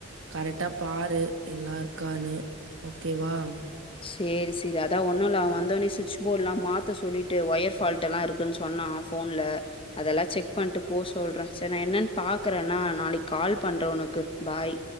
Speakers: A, on the right (about 65°); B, on the left (about 25°).
A: கரெக்டா பாரு எல்லாம் இருக்கான்னு ஓகேவா
B: சேரி சேரி அதான் ஒண்ணும்ல்ல அவன் வந்தோடனே சுவிட்ச போர்ட் எல்லாம் மாத்த சொல்லிட்டு ஒயர் ஃபால்ட் எல்லாம் இருக்குன்னு சொன்னான் போன்ல அதெல்லாம் செக் பண்ணிட்டு போ சொல்றேன் சரி நான் என்னன்னு பாக்குறேன்னா நாளைக்கு கால் பண்றேன் உனக்கு பாய்